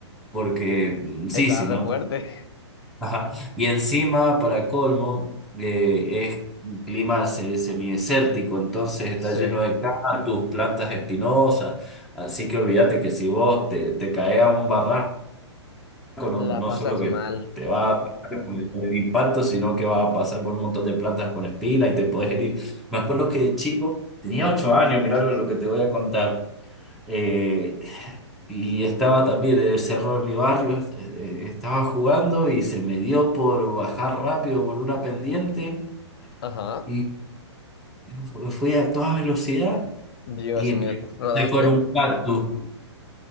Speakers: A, in the centre; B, on the left.
A: porque mm, sí,
B: Estaba
A: si
B: re
A: no...
B: fuerte.
A: Ajá. Y encima, para colmo, eh, es un clima se- semidesértico, entonces está
B: Sí.
A: lleno de cactus, plantas espinosas, así que olvídate que si vos te, te caes a un barranco, no,
B: La
A: no
B: pasas
A: solo que
B: mal.
A: te va a pegar con el, con el impacto, sino que vas a pasar por un montón de plantas con espina y te podés herir. Me acuerdo que de chico, tenía ocho años, mirá
B: Así
A: lo
B: es.
A: lo que te voy a contar. Eh, y estaba también en el cerro de mi barrio, eh, eh, estaba jugando y se me dio por bajar rápido por una pendiente
B: Ajá.
A: y fu- fui a toda velocidad
B: Dios
A: y
B: mío,
A: me encontré
B: ¿rodaste?
A: con un cactus.